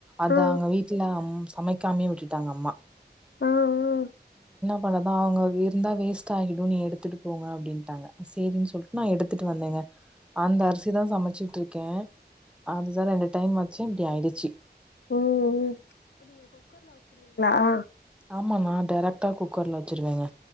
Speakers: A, in the centre; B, on the left.
A: அத
B: ஆ ஆ
A: அங்க வீட்டல அம் சமைக்காமே விட்டுட்டாங்க அம்மா
B: ஆ ம்
A: படதா அவங்க இருந்தா வேஸ்ட் ஆகிடும் நீ எடுத்துட்டு போங்க அப்பிடின்ட்டாங்க சேரின்னு சொல்ட் நா எடுத்துட்டு வந்தேங்க அந்த அரிசிதா சமைச்சுட்டு இருக்கே அதுதா ரெண்டு டைம் வச்சே இப்பிடி ஆயிடுச்சி
B: ம் ஆ
A: ஆமாண்ணா டேரெக்ட்டா குக்கர்ல வச்சுருவேங்க